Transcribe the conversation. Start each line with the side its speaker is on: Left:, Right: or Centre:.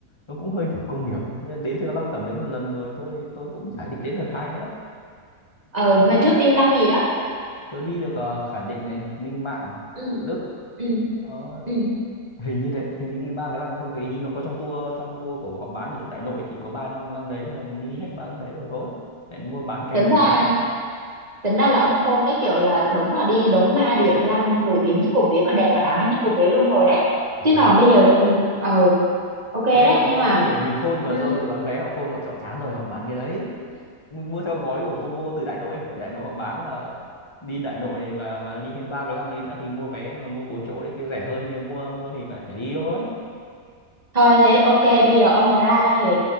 Left: nó cũng hơi kiểu công nghiệp ấy Thế là đến từ lăng tẩm đến một lần rồi thôi. tôi cũng chả định đến lần hai nữa
Right: ờ ngày trước đi lăng gì đó
Left: tôi đi được ờ, Khải Định này Minh Mạng
Right: ừ
Left: Tự Đức
Right: ừ
Left: Ờ,
Right: ừ
Left: hình như thế hình như đi ba cái lăng thôi tại hình nó có trong tour trong tour của họ bán ở chỗ Đại Nội thì có ba lăng lăng đấy thì mình đi hết ba lăng đấy rồi thôi nên mua bán kèm
Right: tính
Left: theo
Right: ra
Left: vé mà
Right: tính ra là ông Khôn đấy kiểu là đúng là đi đúng ba điểm lăng nổi tiếng nhất của Huế và đẹp và đáng đến nhất của Huế luôn rồi đấy
Left: Ừ,
Right: chứ còn bây giờ ừ, ờ ok đấy
Left: cái
Right: nhưng mà
Left: không phải mình khôn mà
Right: ừm,
Left: do đội bán vé họ khôn họ chọn chán rồi họ bán cái đấy mình mua theo gói của combo từ Đại Nội ở Đại Nội họ bán là đi Đại Nội này và và đi thêm ba cái lăng đây nữa thì mua vé mà mua bốn chỗ đấy thì rẻ hơn thì mua mua thì lại phải đi thôi
Right: thôi thế ok bây giờ ông mà ra Huế